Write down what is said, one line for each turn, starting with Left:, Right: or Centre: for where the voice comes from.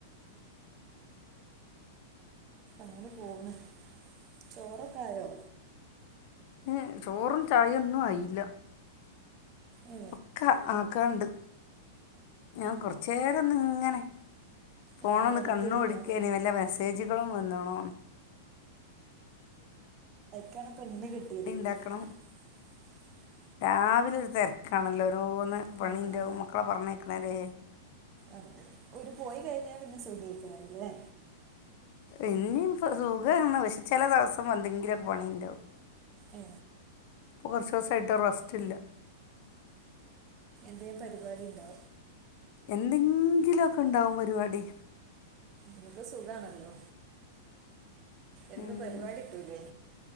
Right: അങ്ങനെ പോണ് ചോറൊക്കായോ
Left: ഉം ചോറും ചായൊന്നും ആയില്ല
Right: ഏ
Left: ഒക്കെ ആക്കണണ്ട് ഞാൻ കൊറച്ചേരൊന്ന് ങ്ങനെ ഫോണൊന്ന്
Right: ആ വെറുതെ
Left: കണ്ണോടിക്കയ്നി
Right: ഇരിക്കാൻ
Left: വല്ല മെസ്സേ സ്സേജ്കളും വന്ന്ണോന്ന്
Right: ട്ടാണ് പ്പൊ അന്നെ കിട്ടേയ്ത്
Left: ണ്ടാക്കണം
Right: <inaudible>
Left: രാവിലെ ഒരു തെര്ക്കാണല്ലോ ഓരോന്ന് പണിന്റാവും
Right: ആ ആ
Left: മക്കളെ പറഞ്ഞേക്ക്ണരെ
Right: അങ്ങനെ ഒരു പോയി കഴിഞ്ഞാ പിന്നെ സുഖേക്കാരല്ലേ
Left: ഇനി ഇപ്പൊ സുഖാണ്. പക്ഷെ ചെല ദിവസം വെന്തെങ്കിലൊക്കെ പണി ഒണ്ടാവും
Right: ഏ
Left: ഇപ്പോ കെറച്ച് ദിവസായിട്ട് ഒര് റസ്റ്റ് ഇല്ല
Right: നി എന്താടി പറയുന്നേ
Left: എന്തെങ്കിലുലെക്കെ ഒണ്ടാവും പരിപാടി
Right: നിനക്ക് സുഖാണല്ലോ എന്ത്
Left: ഉം.
Right: പരിപാടി ഇട്ടില്ലേ